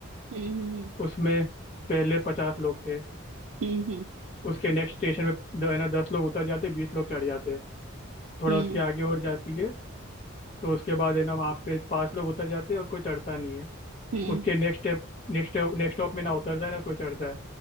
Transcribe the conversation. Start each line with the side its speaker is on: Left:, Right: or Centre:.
Right: हम्म हम्म हम्म
Left: उसमें पहले पचास लोग थे
Right: हम्म हम्म
Left: उसके नेक्स्ट स्टेशन पे द- है ना दस लोग उतर जाते बीस लोग चढ़ जाते हैं थोड़ा
Right: हम्म
Left: उसके आगे और जाती है तो उसके बाद है ना वहाँ पे पांच लोग उतर जाते हैं और कोई चढ़ता नहीं है
Right: हम्म
Left: उसके next step next next stop में ना उतरता है ना कोई चढ़ता है